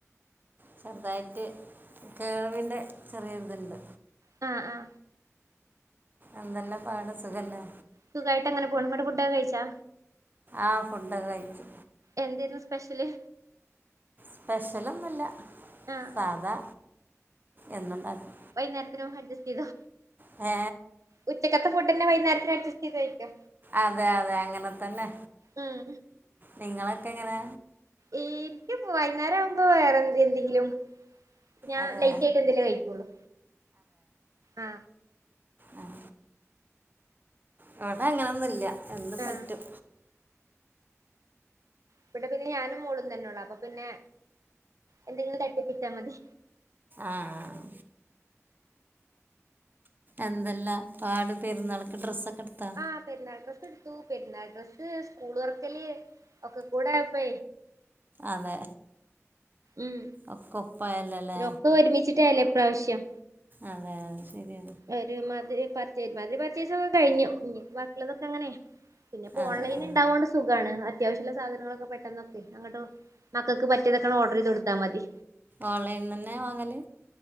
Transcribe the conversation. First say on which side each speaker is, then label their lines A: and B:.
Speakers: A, on the right; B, on the right.
A: ചെറുതായിട്ട് കേൾവിൻ്റെ ചെറിയ ഒരു ഇതുണ്ട്
B: അ ആ
A: എന്തെല്ലാം പാട് സുഖല്ലേ
B: സുഖായിട്ടങ്ങനെ പോണ് ഇങ്ങള് ഫുഡ് ഒക്കെ കഴിച്ചാ
A: ആ ഫുഡൊക്കെ കഴിച്ചു
B: എന്തേരുന്നു സ്പെഷ്യല്
A: സ്പെഷ്യലൊന്നുല്ല
B: ആഹ്
A: സാധാ എന്നുണ്ടാക്കും
B: വൈകുന്നരത്തിനും അഡ്ജസ്റ്റ് ചെയ്തോ
A: ഏ
B: ഉച്ചക്കത്തെ ഫുഡ്ന്നെ വൈന്നേരത്തിന് അഡ്ജസ്റ്റ് ചെയ്ത് കഴിക്കോ
A: അതെ അതെ അങ്ങനെ തന്നെ
B: ഉം
A: നിങ്ങളൊക്കെ എങ്ങനെ
B: എനിക്കിപ്പോ വൈകുന്നേരം ആകുമ്പോ വേറെന്ത എന്തെങ്കിലും ഞാൻ
A: അതെ
B: ലേറ്റ് ആയിട്ട് എന്തെലേ കഴിക്കുള്ളൂ ആ
A: ആഹ ഇവിടെ അങ്ങനെയൊന്നും ഇല്ല എന്തും
B: ആഹ്
A: പറ്റും
B: ഇവിടെ പിന്നെ ഞാനും മോളും തന്നെ ഉള്ളു അപ്പൊ പിന്നെ എന്തെങ്കിലും തട്ടിപ്പിച്ചാ മതി
A: ആഹ് എന്തെല്ലാം പാട് പെരുന്നാൾക്ക് ഡ്രസ്സൊക്കെ എടുത്താ
B: ആഹ് പെരുന്നാൾ ഡ്രസ് എടുത്തു പെരുന്നാൾ ഡ്രസ് സ്കൂൾ തൊർക്കല് ഒക്ക കൂടെ ആയപ്പോ
A: അതെ
B: ഉം
A: ഒക്കെ ഒപ്പായല്ലോല്ലേ
B: ഒകേ ഒരുമിച്ചിട്ടാല്ലേ ഈ പ്രാവശ്യം
A: അതെ അത് ശരിയ
B: ഒരു മതിരി പർചേസിങ്ങ് കേ പത്ത് മതിരി പത്ത് ദിവസം ഒ കഴിഞ്ഞു നീ ബാക്കിയുള്ളതൊക്കെ എങ്ങനെയെ പ്പോ
A: അതെ
B: ഓൺലൈനിൽ
A: ആ
B: ഉണ്ടാവോണ്ട് സുഖാണ് അത്യാവശ്യള്ള സാധനങ്ങളൊക്കെ പെട്ടെന്നൊക്കെ അങ്ങട്ട് മക്കൾക്ക് പറ്റിയതൊകേ ആണ്ട്ഓർഡർ ചെയ്ത് കൊടുതാൽ മതി
A: ഓൺലൈനിന്നന്നെ വാങ്ങല്